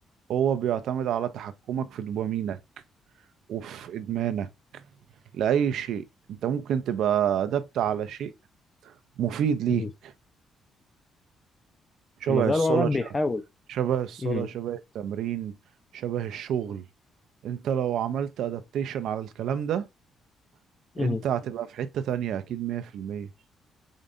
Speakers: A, on the right (about 75°); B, on the left (about 25°).
A: هو بيعتمد على تحكمك في دوبامينك وفي إدمانك لأي شيء أنت ممكن تبقى أدبت على شيء مفيد ليك
B: مهم.
A: شبه
B: المساله
A: الصلاة
B: هو الواحد بيحاول
A: شبه شبه الصلاة
B: مهم.
A: شبه التمرين شبه الشغل أنت لو عملت أدابتيشن على الكلام ده
B: مهم.
A: أنت هتبقى في حتة تانية أكيد 100%